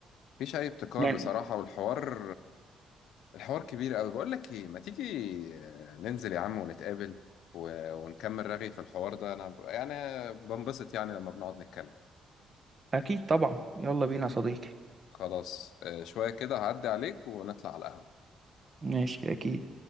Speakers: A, on the left; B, on the right.
A: مفيش اي ابتكار
B: يعني
A: بصراحة والحوار الحوار كبير قوي بقول لك ايه ما تيجي ننزل يا عم ونتقابل و... ونكمل رغي في الحوار ده انا ب- يعني بنبسط يعني لما بنقعد نتكلم
B: اكيد طبعا يلا بينا يا صديقي
A: خلاص آه، شوية كده هعدي عليك ونطلع على القهوة
B: ماشي أكيد